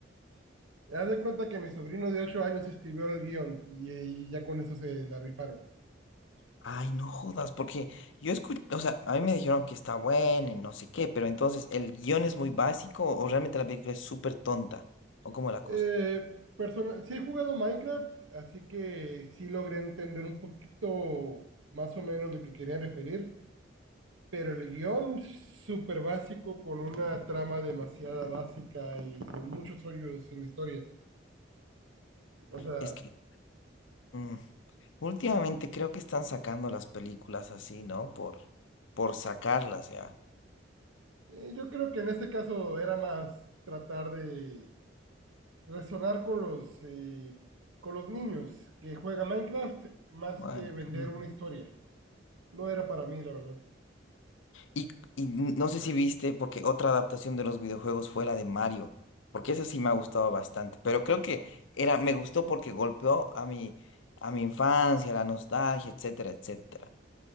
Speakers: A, on the right (about 85°); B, on the left (about 75°).
A: <laughs> Haz de cuenta que mi sobrino de 8 años escribió el guión y, y ya con eso se la rifaron.
B: Ay, no jodas, porque yo escuché, o sea, a mí me dijeron que está buena y no sé qué, pero entonces, ¿el guión es muy básico o realmente la película es súper tonta? ¿O cómo es la
A: Eh,
B: cosa?
A: persona, sí he jugado Minecraft, así que sí logré entender un poquito más o menos lo que querían referir, pero el guión súper básico con una trama demasiada básica y con muchos hoyos en la historia. O sea,
B: Es que mm, últimamente creo que están sacando las películas así, ¿no? Por, por sacarlas ya.
A: eh, yo creo que en este caso era más tratar de resonar con los, eh, con los niños que juegan Minecraft más
B: Bueno.
A: que vender
B: Mm.
A: una historia. No era para mí, la verdad.
B: Y, y n- no sé si viste, porque otra adaptación de los videojuegos fue la de Mario, porque esa sí me ha gustado bastante, pero creo que era, me gustó porque golpeó a mi, a mi infancia, la nostalgia, etcétera, etcétera.